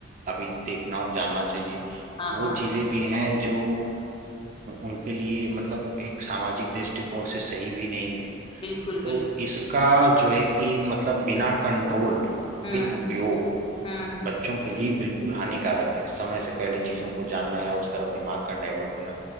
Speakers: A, on the right; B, on the left.
A: अभी देखना और जानना चाहिए
B: हाँ
A: वो
B: हाँ
A: चीजें भी हैं जो उनके लिए मतलब एक सामाजिक दृष्टिकोण से सही भी नहीं है
B: बिल्कुल
A: तो
B: बिल्कुल
A: इसका जो है कि मतलब बिना कंट्रोल
B: हम्म
A: के उपयोग
B: हम्म
A: बच्चों के लिए बिल्कुल हानिकारक है समय से पहले चीजों को जानना या उस तरफ दिमाग का डाइवर्ट होना